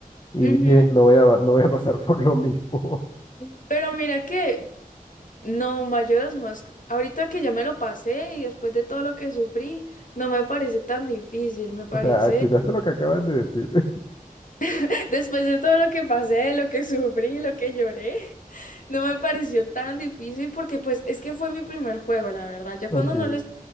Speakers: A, on the left (about 35°); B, on the left (about 60°).
A: y
B: Ujú.
A: dije, no voy a, va- no voy a <laughs> pasar por lo mismo. <laughs>
B: Pero mira que, no, Majora's Mask, ahorita que ya me lo pasé y después de todo lo que sufrí, no me parece tan difícil, me parece,
A: O sea, ¿escuchaste lo que acabas de decir? <laughs>
B: <laughs> después de todo lo que pasé, lo que sufrí, lo que lloré, <laughs> no me pareció tan difícil porque pues es que fue mi primer juego, la verdad. Ya
A: Ok,
B: cuando uno le,